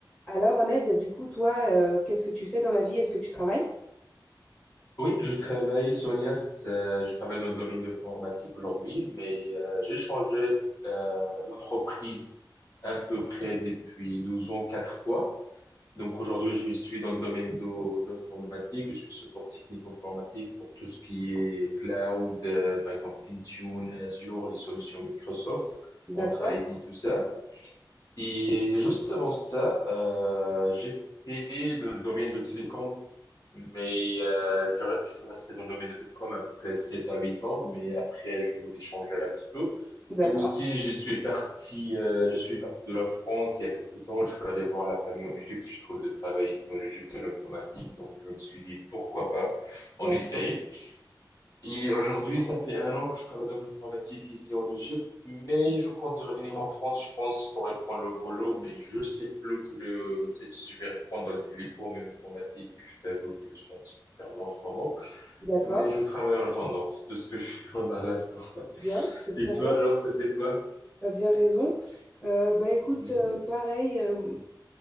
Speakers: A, on the left; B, on the left.
A: Alors, Ahmed, du coup, toi, euh, qu'est-ce que tu fais dans la vie? Est-ce que tu travailles?
B: Oui, je travaille, Sonia, c'est- je travaille dans le domaine de l'informatique aujourd'hui, mais euh, j'ai changé euh, l'entreprise à peu près depuis 12 ans, quatre fois. Donc aujourd'hui, je suis dans le domaine de- d'informatique, je suis support technique informatique pour tout ce qui est cloud, euh, par exemple Intune, Azure, les solutions Microsoft, entre
A: D'accord,
B: ID, tout ça. Et juste avant ça, euh, j'étais dans le domaine de télécom, mais euh, je, re- je suis resté dans le domaine de télécom à peu près 7 à 8 ans, mais après, je voulais changer un petit peu.
A: d'accord,
B: Et aussi, je suis parti, euh, je suis parti de la France il y a quelques temps. Je suis allé voir la famille en Égypte. Je trouve de travail ici en Égypte de l'informatique, donc je me suis dit pourquoi pas,
A: bien,
B: on essaye. Et aujourd'hui, ça fait un an que je travaille dans l'informatique ici en Égypte, mais je compte de revenir en France, je pense, pour reprendre le boulot, mais je sais plus que c'est- si si je vais reprendre dans le télécom et l'informatique. Je t'avoue que je suis un petit peu perdu en ce moment,
A: d'accord,
B: mais je travaille en attendant. C'est tout ce que je fais <laughs> en à l'instant. <laughs>
A: bien, c'est
B: Et
A: très
B: toi,
A: bien,
B: alors, tu fais quoi?
A: tu as bien raison. Euh, bah écoute,
B: Mhm.
A: euh, pareil, euh,